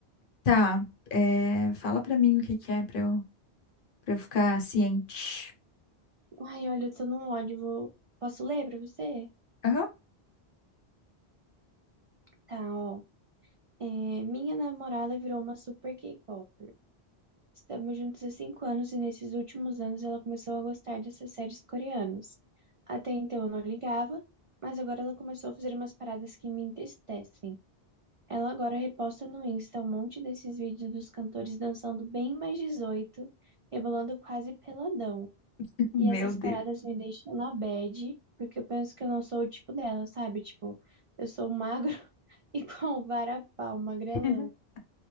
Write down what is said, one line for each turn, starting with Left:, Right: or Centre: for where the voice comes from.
Left: Tá, é, fala pra mim o que que é pra eu, pra eu ficar ciente.
Right: Ai, olha, eu tô num ódio. Vou... Posso ler pra você?
Left: Aham.
Right: Tá, ó. É, minha namorada virou uma super K-popper. Estamos juntos há cinco anos e nesses últimos anos ela começou a gostar dessas séries coreanas. Até então eu não ligava, mas agora ela começou a fazer umas paradas que me entristecem. Ela agora reposta no Insta um monte desses vídeos dos cantores dançando bem mais 18, rebolando quase peladão.
Left: <laughs> Meu
Right: E essas
Left: Deus.
Right: paradas me deixam na bad, porque eu penso que eu não sou o tipo dela, sabe? Tipo, eu sou magro <laughs> igual um varapau, magrelão.
Left: <laughs>